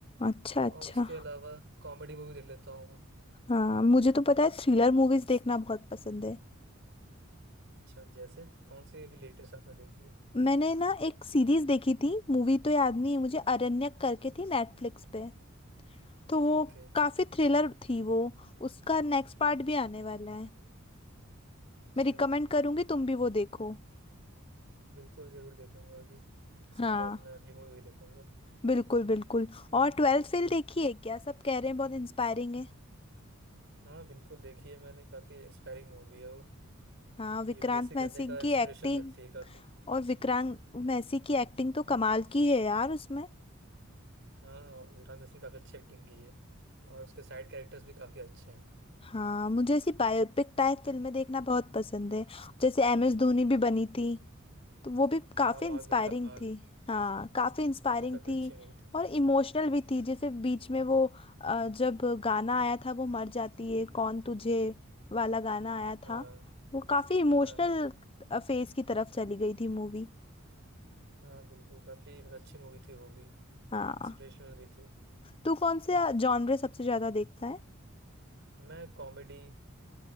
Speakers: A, on the left; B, on the right.
A: अच्छा अच्छा
B: और उसके अलावा कॉमेडी मूवी देख लेता हूँ मैं
A: हाँ मुझे तो पता है थ्रिलर मूवीज देखना बहुत पसंद है
B: अच्छा जैसे कौन सी अभी लेटेस्ट आपने देखी है
A: मैंने ना एक सीरीज देखी थी मूवी तो याद नहीं है मुझे अरण्यक करके थी नेटफ्लिक्स पे तो वो
B: ओके
A: काफी थ्रिलर थी वो उसका नेक्स्ट पार्ट भी आने वाला है
B: अच्छा
A: मैं रिकमेंड करूंगी तुम भी वो देखो
B: बिल्कुल जरूर देखूंगा अभी इसके
A: हाँ
B: बाद मैं अगली मूवी भी देखूंगा
A: बिल्कुल बिल्कुल और ट्वेल्थ फेल देखी है क्या सब कह रहे हैं बहुत इंस्पायरिंग है
B: हाँ बिल्कुल देखी है मैंने काफी इंस्पायरिंग मूवी है वो
A: हाँ विक्रांत
B: यूपीएससी करने
A: मैसी
B: का इंस्पिरेशन
A: की एक्टिंग
B: मिलती है काफ़ी
A: और विक्रांत मैसी की एक्टिंग तो कमाल की है यार उसमें
B: हाँ और विक्रांत मिश्रा ने काफ़ी अच्छी एक्टिंग की है और उसके साइड कैरेक्टर्स भी काफ़ी अच्छे हैं
A: हाँ मुझे ऐसी बायोपिक टाइप फिल्में देखना बहुत पसंद है जैसे एम एस धोनी भी बनी थी तो वो भी काफी
B: हाँ
A: इंस्पायरिंग
B: भाग मिल्खा भाग
A: थी हाँ काफी इंस्पायरिंग
B: वो भी काफ़ी
A: थी
B: अच्छी मूवी थी
A: और इमोशनल भी थी जैसे बीच में वो अ, जब गाना आया था वो मर जाती है कौन तुझे वाला गाना आया
B: हाँ
A: था वो काफी इमोशनल
B: हाँ
A: फेज की तरफ चली गई थी मूवी
B: हाँ बिल्कुल काफ़ी मतलब अच्छी मूवी थी वो भी
A: हाँ
B: इंस्पिरेशनल भी थी
A: तू कौन से जॉनरे सबसे ज्यादा देखता है
B: मैं कॉमेडी